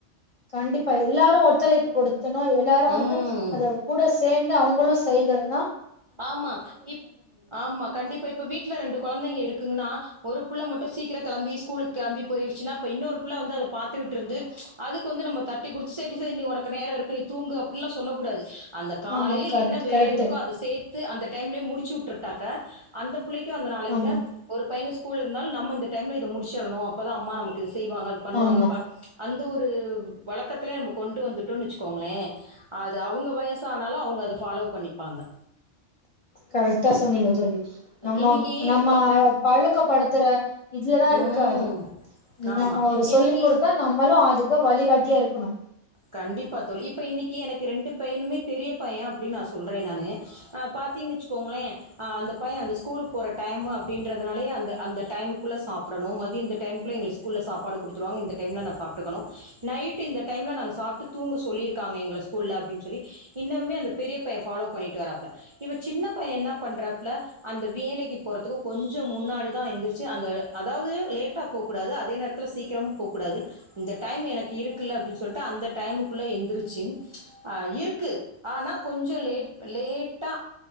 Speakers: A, on the left (about 60°); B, on the right (about 50°).
A: கண்டிப்பா எல்லாரு ஒத்துழைப்பு கொடுத்தணு எல்லாரு வந்து
B: ம்
A: அத கூட சேந்து அவங் களு <unintelligible>
B: ஆமா இப் ஆமா கண்டிப்பா இப்ப வீட்ல ரெண்டு கொழந்தைங்க இருக் க்குங்னா ஒரு புள்ள மட்டு சீக்கிரோ கெளம்பி ஸ்கூலுக்கு கெளம்பி போய்ருச்சுனா அப்ப இன்னொரு புள்ள வந்து அத பாத்துட்டு இருந்து அதுக்கு வந்து நம்ம தட்டி குடுத்து சேரி சேரி நீ ஒனக்கு நேரோ இருக்கு நீ தூங்கு அப்டின்லா சொல்ல கூடாது அந்த காலையில
A: ஆமா கட்
B: என்ன வேலை
A: கரெக்ட்டு
B: இருக் கோ அத சேத்து அந்த டைம்லயே முடிச்சு உட் ருட்டாக்க அந்த புள்ளைக்கு அந்த நாள் என்ன
A: ஆமா
B: ஒரு பையனு ஸ்கூல் நால் நம்ம இந்த டைம்ல இத முடிச்சற்ணு அப்பதா அம்மா நமக்கு இத செய்வாங்க அது பண்ணுவாங்க
A: ஆமா
B: பா அந்த ஒரு ரு வழக்கத்திலே நம்ம கொண்டு வந்துட்டோனு வச்சுக்கோங்களே அது அவுங்க வயசானாலு அவுங்க அத ஃபாலோ பண்ணிப் பாங்க
A: கரெக்டா சொன்னீங்க தோழி நம்ம
B: இன்னைக்கு
A: நம்ம
B: வ
A: பழக்கப்படுத்துற இதுல தா இருக்கு
B: ம்.
A: அது
B: ஆமா.
A: நம்ம ஒரு சொல்லிக்
B: இன்னைக்கு
A: கொடுத்தா நம்மளு அதுக்கு வழிகாட்டியா இருக் குனு
B: கண்டிப்பா தோழி இப்ப இன்னிக்கு எனக்கு ரெண்டு பையனுமே பெரிய பைய அப்டினு நா‌ சொல் சொல்றே நானு பாத்தீங்கனா வச்சுக்கோங்களே அந்த பைய அந்த ஸ்கூலுக்கு போற டைம் அப்டின்றது நாலயே அந்த அந்த டைம்க்குள்ள சாப்டனு மதிய இந்த டைம்குள்ள எங்குளுக்கு ஸ்கூல்ல சாப்பாடு குடுத்துருவாங்க இந்த டைம்ல நா சாப்ட்டுக்கனு நைட்டு இந்த டைம்ல நாங்க சாப்ட்டு தூங்க சொல்லிருக்காங்க எங்கள ஸ்கூல்ல அப்டினு சொல்லி இன்னமே அந்த பெரிய பைய ஃபாலோ பண்ணிட்டு வராப்ல இவ சின்ன பையன் என்ன பண்றாப்ல அந்த வேலைக்கு போறதுக்கு கொஞ்ஜோ முன்னாடி தா எந்துர்ச்சு அந்த அதாவுது லேட்டா போ கூடாது அதே நேரத்துல சீக்கிரமா போ கூடாது இந்த டைம் எனக்கு இருக்கு இல்ல அப்படின்னு சொல்லிட்டு அந்த டைம் டைமுக்குள்ள எந்துரிச்சு இருக்கு ஆனா கொஞ்ஜோ லேட் லேட்டா